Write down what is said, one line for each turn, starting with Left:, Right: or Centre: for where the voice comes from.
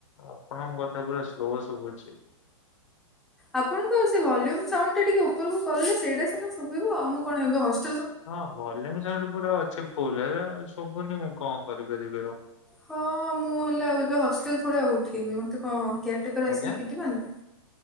Left: ଆପଣଙ୍କ କଥା ପୁରା ସ୍ଲୋ ସବୁଛି।
Centre: ଆପଣଙ୍କ ସେ ଭଲ୍ୟୁମ ସାଉଣ୍ଡ ଟା ଟିକେ ଉପରକୁ କଲେ ସେଇଟା ସିନା ଶୁଭିବ ଆଉ ମୁଁ କଣ ଏବେ ହସ୍
Left: ହଁ ଭଲ୍ୟୁମ ସାଉଣ୍ଡ ପୁରା ଅଛି ଫୁଲରେ ହେଲେ ଶୁବୁନି ମୁଁ କଣ କରିପାରିବି ଆଉ।
Centre: ହଁ ମୁଁ ହେଲେ ଆଉ ଏବେ ହଷ୍ଟେଲ ଥରେ ଆଉ ଉଠେଇବି ମତେ କଣ କେୟାର ଟେକର
Left: ଆଜ୍ଞା
Centre: ଆସିକି ପିଟିବନି